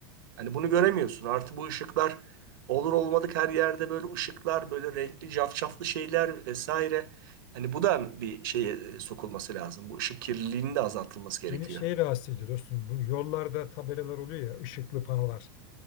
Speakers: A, on the right; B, on the left.
A: Hani bunu göremiyorsun. Artı bu ışıklar olur olmadık her yerde böyle ışıklar, böyle renkli cafcaflı şeyler vesaire. Hani bu da bir şeye e, sokulması lazım. Bu ışık kirliliğinin de azaltılması gerekiyor.
B: Beni şey rahatsız ediyor dostum bu yollarda tabelalar oluyor ya ışıklı panolar.